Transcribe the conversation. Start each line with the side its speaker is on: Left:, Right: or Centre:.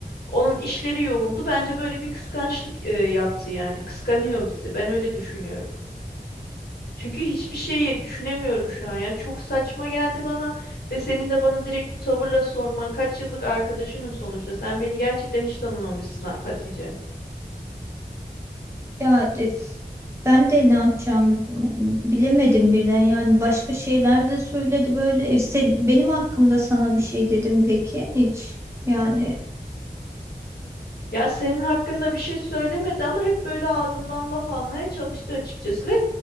Left: Onun işleri yoğundu. Bence böyle bir kıskançlık e, yaptı yani. Kıskanıyor bizi. Ben öyle düşünüyorum. Çünkü hiçbir şeyi düşünemiyorum şu an ya. Çok saçma geldi bana ve senin de bana direkt bu tavırla sorman. Kaç yıllık arkadaşınım sonuçta. Sen beni gerçekten hiç tanımamışsın Ha- Hatice.
Right: ya de- ben de ne yapacağım bilemedim birden. Yani başka şeyler de söyledi böyle. E, sen- benim hakkımda sana bir şey dedim peki hiç. Yani
Left: Ya senin hakkında bir şey söylemedi ama hep böyle ağzımdan laf almaya çalıştı açıkçası ve